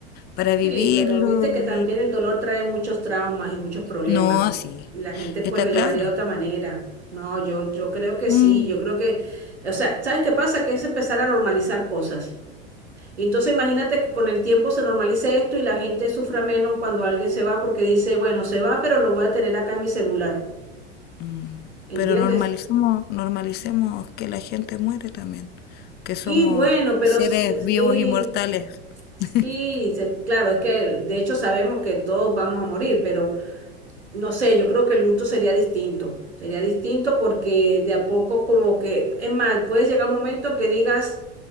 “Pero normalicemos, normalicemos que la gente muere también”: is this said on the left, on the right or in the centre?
Left